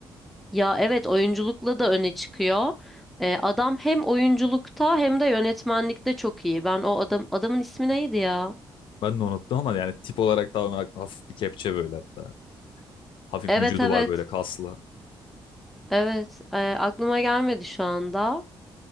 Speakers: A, in the centre; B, on the left.
A: Ya evet oyunculukla da öne çıkıyor. Ee, adam hem oyunculukta hem de yönetmenlikte çok iyi. Ben o adam adamın ismi neydi ya?
B: Ben de unuttum ama yani tip olarak da olarak hafif bir kepçe böyle hatta. Hafif
A: Evet
B: vücudu
A: evet
B: var böyle kaslı.
A: evet Ee, aklıma gelmedi şu anda.